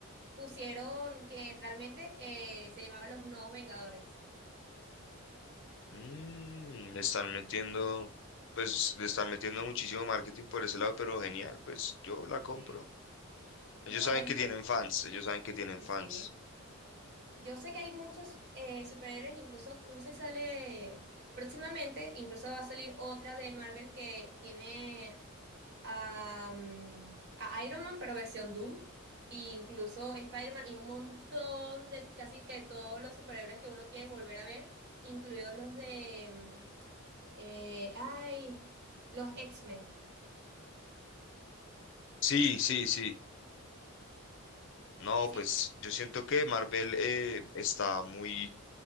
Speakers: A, on the right; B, on the left.
A: pusieron que realmente eh, se llamaban los Nuevos Vengadores.
B: Mm, le están metiendo, pues le están metiendo muchísimo marketing por ese lado, pero genial, pues yo la compro.
A: Sí.
B: Ellos
A: No,
B: saben
A: es
B: que
A: más,
B: tienen fans, ellos saben que tienen
A: sí,
B: fans.
A: sí. Yo sé que hay muchos eh, superhéroes, incluso, no sé si sale próximamente, incluso va a salir otra de Marvel que tiene a, mm, a Iron Man, pero versión Doom, e incluso Spider-Man y un montón de casi que todos los superhéroes que uno quiere volver a ver, incluidos los de, mm, eh, ay, los X-Men.
B: Sí, sí, sí. No,
A: Sí,
B: pues
A: sí.
B: yo siento que Marvel eh, está muy,